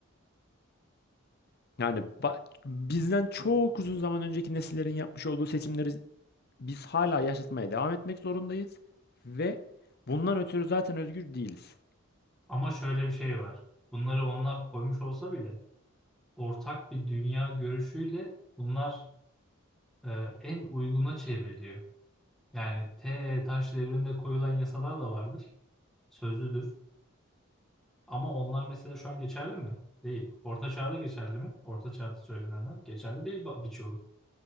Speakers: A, on the left; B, in the centre.
A: Yani ba- bizden çok uzun zaman önceki nesillerin yapmış olduğu seçimleri biz hala yaşatmaya devam etmek zorundayız ve bundan ötürü zaten özgür değiliz.
B: Ama şöyle bir şey var. Bunları onlar koymuş olsa bile ortak bir dünya görüşüyle bunlar e, en uyguna çevriliyor. Yani T taş devrinde koyulan yasalar da vardır. Sözlüdür. Ama onlar mesela şu an geçerli mi? Değil. Orta çağda geçerli mi? Orta çağda söylenenler geçerli değil ba- birçoğu.